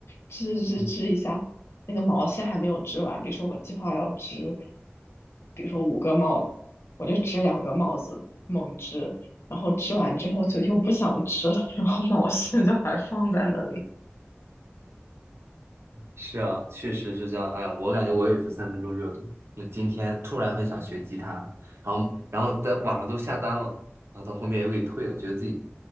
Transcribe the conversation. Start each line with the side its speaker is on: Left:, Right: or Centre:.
Left: 织织织一下，
Right: 嗯
Left: 那个毛线还没有织完，比如说我计划要织，比如说五个帽子，我就织两个帽子，猛织。然后织完之后就又不想织了，然后毛线就还放在那里。
Right: 是啊，确实是这样。哎呀，我感觉我也是三分钟热度。我今天突然很想学吉他，然后然后在网上都下单了，然后到后面又给退了，觉得自己